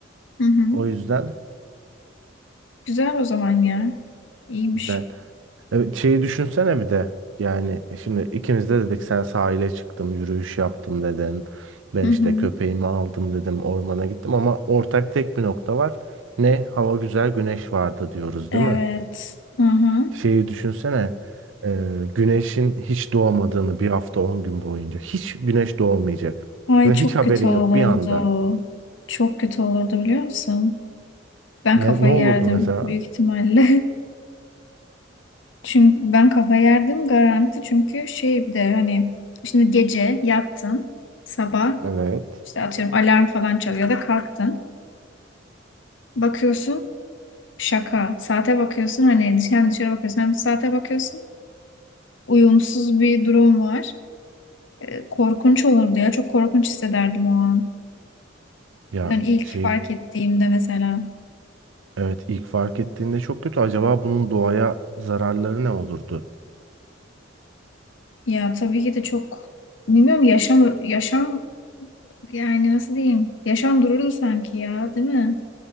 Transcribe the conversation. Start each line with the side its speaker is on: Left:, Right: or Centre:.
Left: Hı hı.
Right: O yüzden
Left: Güzel o zaman ya. İyiymiş.
Right: güzel. Evet, şeyi düşünsene bir de. Yani şimdi ikimiz de dedik sen sahile çıktım, yürüyüş yaptım dedin. Ben
Left: Hı
Right: işte
Left: hı.
Right: köpeğimi aldım dedim, ormana gittim ama ortak tek bir nokta var. Ne? Hava güzel, güneş vardı diyoruz
Left: Evet.
Right: değil mi?
Left: Hı hı.
Right: Şeyi düşünsene. e, güneşin hiç doğmadığını bir hafta 10 gün boyunca. Hiç güneş doğmayacak.
Left: Ay
Right: Ve
Left: çok
Right: hiç haberin
Left: kötü olurdu.
Right: yok bir anda.
Left: Çok kötü olurdu biliyor musun? Ben
Right: Ne,
Left: kafayı
Right: ne olurdu
Left: yerdim
Right: mesela?
Left: büyük ihtimalle. <laughs> Çünkü ben kafayı yerdim garanti. Çünkü şey bir de hani şimdi gece yattın. Sabah
Right: Evet.
Left: işte atıyorum alarm falan çalıyor ya da kalktın. Bakıyorsun şaka. Saate bakıyorsun hani hem dışarı bakıyorsun hem de saate bakıyorsun. Uyumsuz bir durum var. E, Korkunç olurdu ya. Çok korkunç hissederdim o an.
Right: Ya
Left: Yani ilk
Right: şey
Left: fark ettiğimde mesela.
Right: evet ilk fark ettiğinde çok kötü. Acaba bunun doğaya zararları ne olurdu?
Left: Ya tabii ki de çok bilmiyorum yaşam yaşam yani nasıl diyeyim? Yaşam dururdu sanki ya, değil mi?